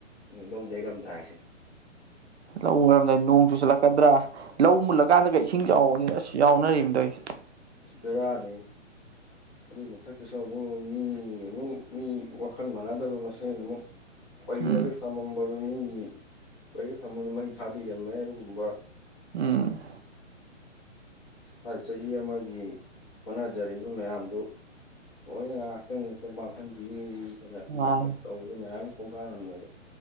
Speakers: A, on the left; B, on the right.
A: ꯂꯧ ꯌꯩꯔꯝ ꯇꯁꯤꯅꯦ
B: ꯂ ꯎꯔꯝꯗꯥꯏ ꯅꯣꯡ ꯆꯨꯁꯤꯜꯂꯛꯀꯗ꯭ꯔꯥ ꯂꯧ ꯃꯨꯜꯂꯀꯥꯟꯗꯒ ꯏꯁꯤꯡ ꯆꯥꯎꯕꯅꯤ ꯑꯁ ꯌꯥꯎꯅꯔꯤꯝꯗꯣ ꯑꯩꯁꯦ
A: ꯏꯁꯕꯤꯔꯅꯤ ꯑꯗꯨꯏ ꯃꯊꯛꯇꯁꯨ ꯑꯃꯨꯛ ꯃꯤ ꯑꯃꯨꯛ ꯃꯤ ꯋꯥꯈꯜ ꯃꯥꯟꯅꯗꯕ ꯃꯁꯦꯟ ꯑꯃꯨꯛ ꯄꯩꯔꯒ
B: ꯎꯝ
A: ꯊꯝꯃꯝꯕꯗꯨ ꯃꯤ ꯄꯩꯔ ꯊꯝꯃꯗꯨ ꯃꯩ ꯊꯥꯕꯤꯔꯝꯃꯦ ꯑꯗꯨꯒꯨꯝꯕ
B: ꯎꯝ
A: ꯊꯥꯏ ꯆꯍꯤ ꯑꯃꯒꯤ ꯍꯣꯠꯅꯖꯔꯤꯕ ꯃꯌꯥꯝꯗꯨ ꯅꯣꯏꯅ ꯉꯥꯏꯍꯥꯛꯇꯪꯠꯇ ꯃꯥꯡꯍꯟꯕꯤꯗꯅ
B: ꯃꯥꯅꯤ
A: ꯋꯥꯆꯞ ꯇꯧꯕ ꯃꯌꯥꯝ ꯀꯣꯡꯒꯜꯂꯝꯅꯦꯕ